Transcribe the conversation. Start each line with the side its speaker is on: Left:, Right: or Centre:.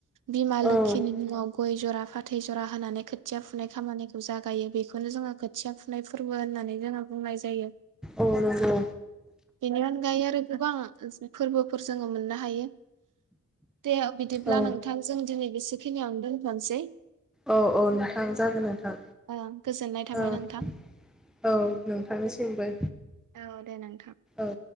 Right: बिमा
Centre: औ
Right: लोखिनि मुङाव गय जरा फाथै जरा होनानै खोथिया फुनाय खामानिखौ जागायो बेखौनो जोङो खोथिया फुनाय फोरबो होननानै जोङो बुंनाय जायो।
Centre: औ नंगौ।
Right: बिनि अनगायै आरो गोबां फोरबोफोर जोङो मोननो हायो। दे बिदिब्ला
Centre: औ
Right: नोंथां जों दिनै बेसेखिनिआवनो दोनथ'नोसै।
Centre: औ औ नोंथां जागोन नोंथां।
Right: ओ गोजोननाय थाबाय
Centre: ओ
Right: नोंथां।
Centre: औ नोंथांनिसिमबो
Right: औ दे नोंथां।
Centre: औ।